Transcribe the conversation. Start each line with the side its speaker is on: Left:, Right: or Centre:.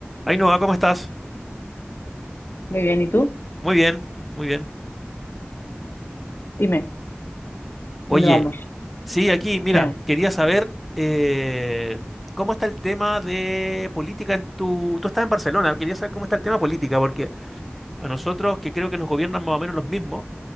Centre: Ainhoa, ¿cómo estás?
Left: Muy bien, ¿y tú?
Centre: Muy bien, muy bien.
Left: Dime,
Centre: Oye,
Left: ¿dónde vamos?
Centre: sí, aquí, mira,
Left: ¿Qué hay?
Centre: quería saber eh, cómo está el tema de política en tu... Tú estás en Barcelona, quería saber cómo está el tema política, porque a nosotros, que creo que nos gobiernan más o menos los mismos,